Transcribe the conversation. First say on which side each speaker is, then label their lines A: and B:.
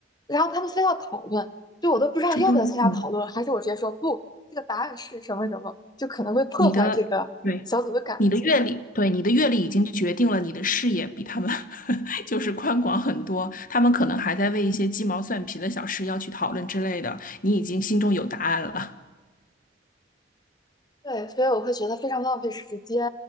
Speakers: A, on the left; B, on the left.
A: 然后他们非要讨论，就我都不知道要不要参加讨论，
B: 这就是嗯。
A: 还是我直接说不，这个答案是什么什么，就可能会破坏这个小组的感觉。
B: 你的对，你的阅历，对，你的阅历已经决定了你的视野比他们 <laughs> 就是宽广很多。他们可能还在为一些鸡毛蒜皮的小事要去讨论之类的，你已经心中有答案了。
A: 对，所以我会觉得非常浪费时间。